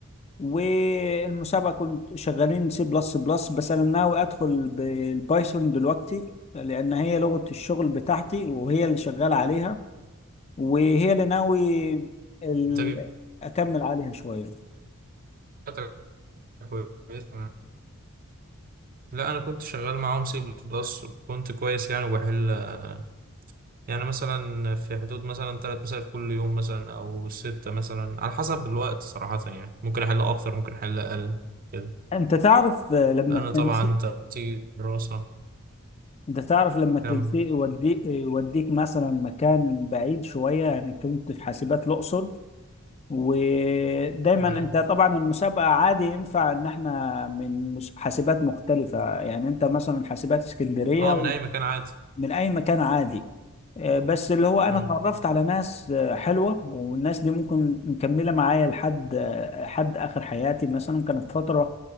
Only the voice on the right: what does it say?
الانتاجية
بتاعتك كويسة لا انا كنت شغال معاهم سي بلس وكنت كويس يعني وبحل آه، يعني مثلا في حدود مثلا ثلاث مسائل كل يوم مثلا او ستة مثلا على حسب الوقت صراحة يعني ممكن احل اكتر ممكن احل اقل كده
لأن
طبعا أنت بتيجي دراسة
كمل
مم.
أه من أي مكان عادي
أه